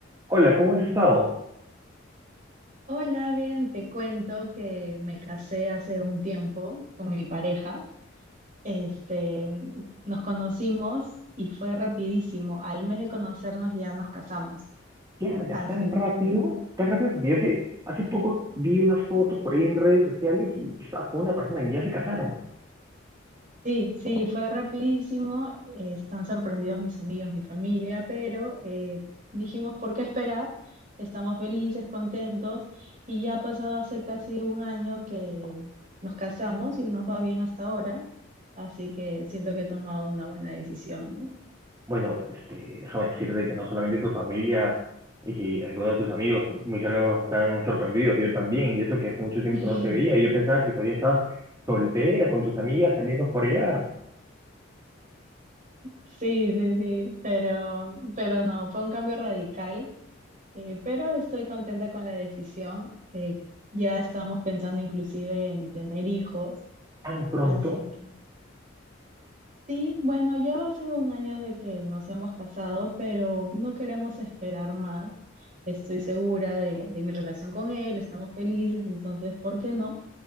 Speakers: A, on the right; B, on the right.
A: Hola, ¿cómo has estado?
B: Hola, bien, te cuento que me casé hace un tiempo con mi pareja. Este, nos conocimos y fue rapidísimo. Al mes de conocernos ya nos casamos.
A: ¿Qué hablas
B: Así
A: tan rápido?
B: que
A: Tan rápido porque yo hace, hace poco vi unas fotos por ahí en redes sociales y que estabas con una persona y ya se casaron.
B: Sí, sí, fue rapidísimo. eh, están sorprendidos mis amigos, mi familia, pero eh, dijimos, ¿por qué esperar? Estamos felices, contentos y ya ha pasado hace casi un año que nos casamos y nos va bien hasta ahora, así que siento que he tomado una buena decisión, ¿no?
A: Bueno, este, déjame decirte que no solamente tu familia y algunos de tus amigos muy cercanos están sorprendidos, yo también, y eso que hace mucho tiempo
B: <laughs>
A: que no te veía, y yo pensaba que todavía estabas soltera con tus amigas saliendo a jorear.
B: Sí, sí, sí, pero, pero no, fue un cambio radical, eh, pero estoy contenta con la decisión. eh, ya estábamos pensando inclusive en tener hijos
A: ¿Tan pronto?
B: Así que sí, bueno, ya va a ser un año de que nos hemos casado, pero no queremos esperar más. Estoy segura de, de mi relación con él, estamos felices, entonces, ¿por qué no?